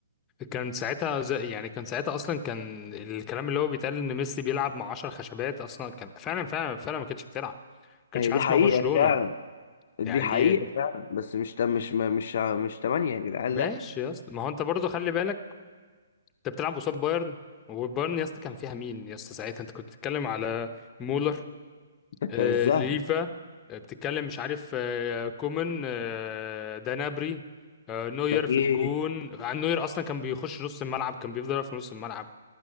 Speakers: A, on the left; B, on the left.
A: كان ساعتها زي يعني كان ساعتها اصلا كان الكلام اللي هو بيتقال ان ميسي بيلعب مع 10 خشبات اصلا كان فعلا فعلا فعلا ما كانتش بتلعب ما كانتش
B: هي
A: في حاجه
B: دي حقيقة
A: اسمها برشلونه
B: فعلا دي
A: يعني
B: حقيقة فعلا بس مش تم مش ما- مش مش 8 يا جدعان
A: ماشي
B: لا
A: يا اسطى ما هو انت برضه خلي بالك انت بتلعب قصاد بايرن وبايرن يا اسطى كان فيها مين يا اسطى ساعتها انت كنت بتتكلم على مولر
B: في
A: آه
B: عزها
A: ليفا آه بتتكلم مش عارف آه كومان آه دانابري آه نوير
B: يعني
A: في الجون
B: إيه
A: عن نوير اصلا كان بيخش نص الملعب كان بيفضل واقف في نص الملعب